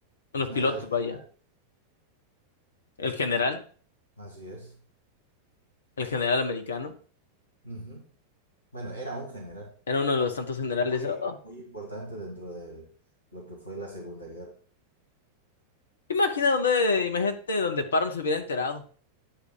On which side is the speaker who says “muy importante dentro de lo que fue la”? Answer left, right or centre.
Left